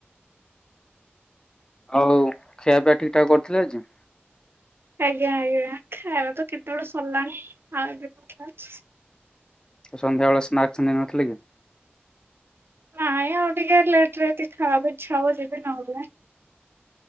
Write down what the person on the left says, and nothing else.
ଆଉ ଖିଆ ପିଆ ଠିକ ଠାକ କରିଥିଲେ ଆଜି।
ସନ୍ଧ୍ୟାବେେଳେ ସ୍ନାକ୍ ସନ୍ନ୍ଦ ନଥିଲେ କି?